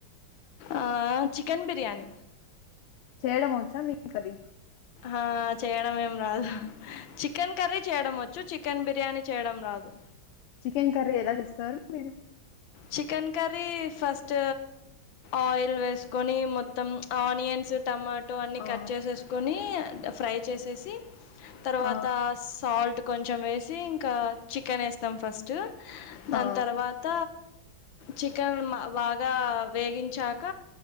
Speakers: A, on the left (about 65°); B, on the left (about 80°).
A: ఆ చికెన్ బిర్యానీ
B: చేయడం వచ్చా మీంక అది
A: ఆ చేయడం ఏం రాదు చికెన్ కర్రీ చేయడం వచ్చు చికెన్ బిర్యానీ చేయడం రాదు
B: చికెన్ కర్రీ ఎలా చేస్తారు మీరు
A: చికెన్ కర్రీ ఫస్ట్ ఆయిల్ వేసుకొని మొత్తం ఆనియన్స్ టమాటో అన్ని
B: ఆ
A: కట్ చేసేసుకొని ఫ్రై చేసేసి తర్వాత
B: ఆ
A: సాల్ట్ కొంచెం వేసి ఇంకా చికెన్ వేస్తాం ఫస్ట్ దాని
B: ఆ
A: తర్వాత చికెన్ బాగా వేగించాక